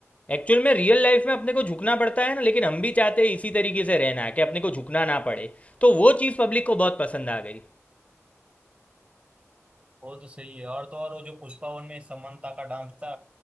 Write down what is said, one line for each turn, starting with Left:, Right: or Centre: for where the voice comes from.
Left: एक्चुअल में रियल लाइफ में अपने को झुकना पड़ता है ना लेकिन हम भी चाहते हैं इसी तरीके से रहना कि अपने को झुकना ना पड़े तो वो चीज़ पब्लिक को बहुत पसंद आ गई
Right: वो तो सही है और तो और वो जो पुष्पा वन में समंता का डांस था